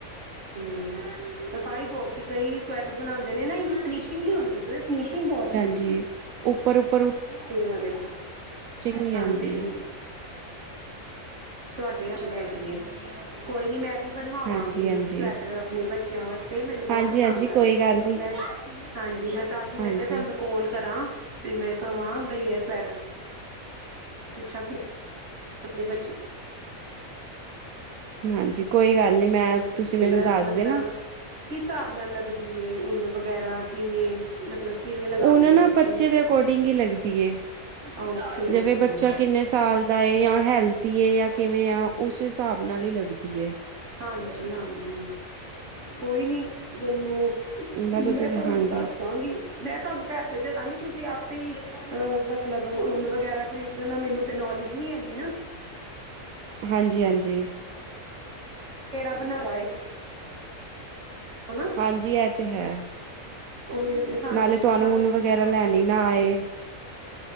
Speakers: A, on the right; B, on the right.
A: ਹਮ ਸਫ਼ਾਈ ਬਹੁਤ ਸੀ ਕਈ ਸਵੈਟਰ ਬਣਾਉਂਦੇ ਨੇ ਨਾ ਇਨੀ ਫਿਨਿਸ਼ਗ ਨੀ ਹੁੰਦੀ ਫਿਨਿਸ਼ਿੰਗ ਬਹੁਤ ਸੀ।
B: ਜੀ ਉੱਪਰ ਉਪ
A: ਤੇਰਾ ਦੇ ਸੀ
B: ਨੀ
A: ਹਾਂਜੀ।
B: ਆਂਦੀ
A: ਤੁਹਾਡੇ ਹਾ ਚ ਹੈਗੀ ਕੋਈ ਨੀ ਮੈਂ ਵੀ ਬਣਵਾਵਾਂਗੀ
B: ਹਾਂਜੀ-ਹਾਂਜੀ,
A: ਸਵੈਟਰ ਆਪਣੇ ਬੱਚਿਆਂ ਵਾਸਤੇ ਮੈਨੂੰ ਬਹੁਤ
B: ਹਾਂਜੀ-ਹਾਂਜੀ
A: ਪਸੰਦ ਆਇਆ।
B: ਕੋਈ ਗੱਲ ਨੀ
A: ਮੈਂ ਹਾਂਜੀ ਮੈਂ ਤਦ
B: ਹਾਂਜੀ
A: ਮੈਂ ਕਿਹਾ ਚੱਲ ਮੈਂ ਕੋਲ ਕਰਾਂ। ਤੇ ਮੈਂ ਕਵਾ ਬਈ ਇਹ ਸਵੈਟਰ ਪੁੱਛਾਂ ਕਿ <inaudible> ਆਪਣੇ ਬੱਚਿਆ
B: ਹਾਂਜੀ ਕੋਈ ਗੱਲ ਨੀ ਮੈਂ ਤੁਸੀਂ
A: ਤੇ
B: ਮੈਨੂੰ ਦੱਸ
A: ਮਤਲਬ
B: ਦੇਣਾ
A: ਕਿਸ ਹਸਾਬ ਨਾਲ ਲੱਗਦੀ ਉਨ ਵਗੈਰਾ ਕਿਵੇਂ ਮਤਲਬ ਕਿਵੇਂ ਲਗਾਉਂਦੇ
B: ਉਹ ਨਾ
A: ਹੋ
B: ਬੱਚੇ
A: ਕਿ
B: ਦੇ ਅਕੋਰਡਿੰਗ ਹੀ ਲੱਗਦੀ ਐ
A: ਓਕੇ
B: ਜਿਵੇਂ
A: ਓਕੇ
B: ਬੱਚਾ ਕਿੰਨੇ ਸਾਲ ਦਾ ਐ ਯਾ ਹੈਲਦੀ ਐ ਯਾ ਕਿਵੇਂ ਆ ਉਸ ਹਿਸਾਬ ਨਾਲ ਹੀ ਲੱਗਦੀ ਐ।
A: ਹਾਂਜੀ-ਹਾਂਜੀ ਕੋਈ ਨੀ ਮੈਨੂੰ
B: ਬਸ ਉਥੇ
A: ਮੈਂ ਤੁਹਾਨੂੰ
B: ਹਾਂਜੀ
A: ਦੱਸ ਦਾਂਗੀ। ਮੈਂ ਤੁਹਾਨੂੰ ਪੈਸੇ ਦੇ ਦਾਂਗੀ ਤੁਸੀਂ ਆਪੇ ਹੀ ਅਹ ਮਤਲਬ ਉਨ ਵਗੈਰਾ ਖਰੀਦਣ ਲੈਣਾ ਮੈਨੂੰ ਤੇ ਨੌਲੇਜ ਨੀ ਹੈਗੀ ਨਾ।
B: ਹਾਂਜੀ-ਹਾਂਜੀ।
A: ਕਿਹੜਾ ਬਣਾਦਾ ਏ। ਹੈ ਨਾ
B: ਹਾਂਜੀ, ਐ ਤੇ ਹੈ
A: ਉਹੀ ਤੇ ਸਾਨੂੰ
B: ਨਾਲੇ ਤੁਹਾਨੂੰ
A: ਸਾਨੂੰ
B: ਉਨ ਵਗੈਰਾ, ਲੈਣੀ ਨਾ ਆਏ।